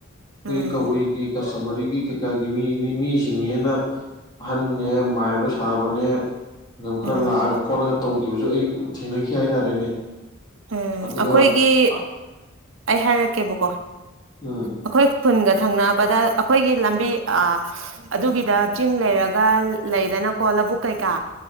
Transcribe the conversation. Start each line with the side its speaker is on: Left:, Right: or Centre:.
Left: ꯀ
Right: ꯎꯝ
Left: ꯀꯕꯨꯏꯒꯤ ꯀꯌꯥ ꯁꯃꯔꯤꯒꯤ ꯀ ꯀꯌꯥ ꯃꯤꯁꯤꯡꯅꯦꯅ ꯑꯍꯟꯅꯦ ꯃꯥꯏꯕ ꯁꯥꯕꯅꯦ ꯑꯗꯨꯝ ꯈꯔ
Right: ꯎꯝ
Left: ꯂꯥꯛꯑꯒ ꯈꯣꯠꯂꯒ ꯇꯧꯈꯤꯕꯁꯨ ꯑꯩ ꯊꯦꯡꯅꯈꯤ ꯍꯥꯏꯇꯥꯔꯦꯅꯦ
Right: ꯎꯝ
Left: ꯑꯗꯨꯒ
Right: ꯑꯩꯈꯣꯏꯒꯤ
Left: ꯑ
Right: ꯑꯩ ꯍꯥꯏꯔꯛꯀꯦꯕꯀꯣ
Left: ꯎꯝ
Right: ꯑꯩꯈꯣꯏ ꯈꯨꯟꯒ ꯊꯪꯅꯕꯗ ꯑꯩꯈꯣꯏꯒꯤ ꯂꯝꯕꯤ ꯑꯗꯨꯒꯤꯗ ꯆꯤꯡ ꯂꯩꯔꯒ ꯂꯩꯗꯅ ꯀꯣꯂꯕꯨꯛꯦ ꯀ